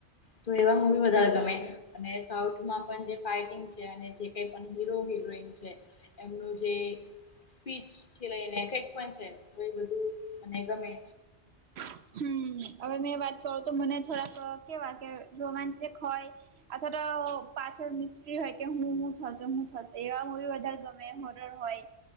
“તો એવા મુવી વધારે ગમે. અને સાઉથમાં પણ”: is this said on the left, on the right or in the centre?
Left